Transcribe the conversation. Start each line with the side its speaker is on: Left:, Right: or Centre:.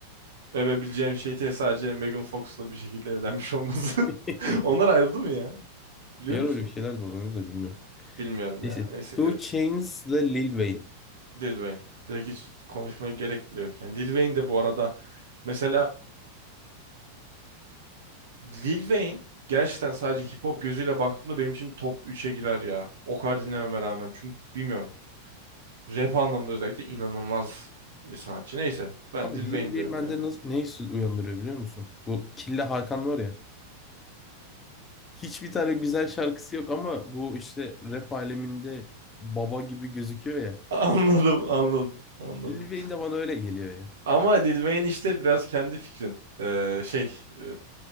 Right: övebileceğim şey te- sadece Megan Fox'la bir şekilde evlenmiş olması.
Left: <laughs>
Right: <laughs> Onlar ayrıldı mı ya? Biliyor
Left: Bir ara
Right: musun?
Left: öyle bir şeyler dolanıyor da bilmiyorum.
Right: Bilmiyorum
Left: Neyse.
Right: ya. Neyse
Left: Two
Right: garip.
Left: Chains'la Lil Wayne.
Right: Lil Wayne. Direkt hiç konuşmaya gerek bile yok. Yani Lil Wayne de bu arada mesela Lil Wayne gerçekten sadece hip hop gözüyle baktığımda benim için top üçe girer ya. O kadar dinlememe rağmen. Çünkü bilmiyorum. Rap anlamında özellikle inanılmaz bir sanatçı. Neyse ben
Left: Abi
Right: Lil Wayne
Left: Lil Wayne
Right: diyorum
Left: bende
Right: yani.
Left: nasıl, ne hissi uyandırıyor biliyor musun? Bu Killa Hakan var ya. Hiçbir tane güzel şarkısı yok ama bu işte rap aleminde baba gibi gözüküyor ya.
Right: <laughs> Anladım, anladım, anladım.
Left: Lil Wayne de bana öyle geliyor ya.
Right: Ama Lil Wayne işte biraz kendi fikrin. Ee, şey e,